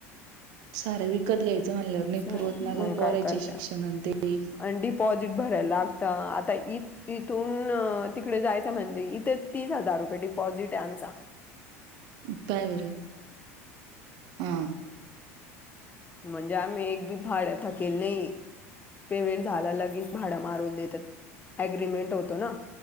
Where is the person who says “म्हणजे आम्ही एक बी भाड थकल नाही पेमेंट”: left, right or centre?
Left